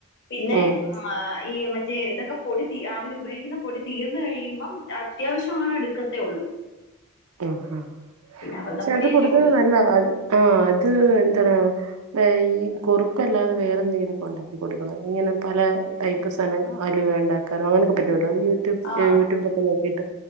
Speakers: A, on the left; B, on the right.
A: പിന്നെ
B: ഉം
A: ആ ഈ മറ്റേ ഇതൊക്കെ പൊടി തീ അവന് ഉപയോയിക്കിന്ന പൊടി തീർ ന്ന് കഴിയ്മ്പം അത്യാവശ്യമാണെ എട്ക്കത്തെ ഒള്ളു
B: ആഹ് ആഹ്
A: അമൃതം
B: പക്ഷേ
A: പൊടിയല്ലേ
B: അത് കൊട്ക്ക്ന്നത്
A: ഉള്ളൂ
B: നല്ല അത് ആഹ് അത് എന്താണാവോ പ്പ ഈ കുറുക്കല്ലാതെ വേറെ എന്തെങ്കിലൊക്കെ ഒണ്ടാക്കി കൊട്ക്കണം ഇങ്ങനെ പല ടൈ പ്പ് സാനം അലുവയുണ്ടാക്കാനോ അങ്ങനക്കെ പറ്റുവല്ലോ ഈയൊ റ്റും
A: ആഹ്
B: ഏഹ് യൂട്യൂബിലൊക്കെ നോക്കിട്ട്